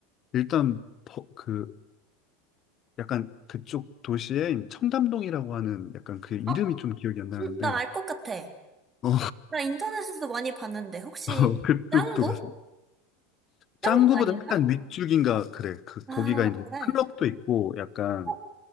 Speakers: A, on the left (about 40°); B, on the right (about 20°).
A: 일단 버- 그 약간 그쪽 도시에 청담동이라고 하는 약간 그 이름이
B: 어,
A: 좀 기억이 안 나는데
B: 음, 나알 것 같아.
A: 어,
B: 나 인터넷에서 많이 봤는데 혹시
A: <laughs> 그쪽도
B: 짱구?
A: 갔어.
B: 짱구
A: 짱구보다
B: 아닌가?
A: 약간 윗줄기인가 그래. 그
B: 아,
A: 거기가 이제
B: 그래.
A: 클럽도 있고 약간
B: 어,